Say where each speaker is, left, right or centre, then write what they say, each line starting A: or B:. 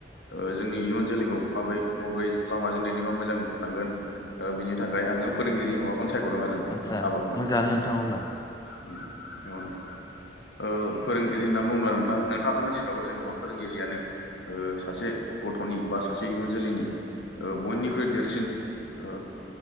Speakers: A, on the left; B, on the left.
A: ओ जोंनि इयुन जोलैखौ माब्रै मबे लामाजों दैदेनबा मोजां थांगोन ओ बेनि थाखाय आङो फोरोंगिरि माबाखौनो सायखदों आरो नोंथां
B: आदसा
A: हाबाखौनो
B: मोजाङानो नोंथां
A: औ
B: अब्ला
A: नोंथां। ओ फोरोंगिरि होन्ना बुङोब्ला दा नोंथाङाथ मोन्थिखागौ जेनबा फोरोंगिरियानो ओ सासे गथनि बा सासे इयुन जोलैनि ओ बयनिख्रुइ देरसिन ओ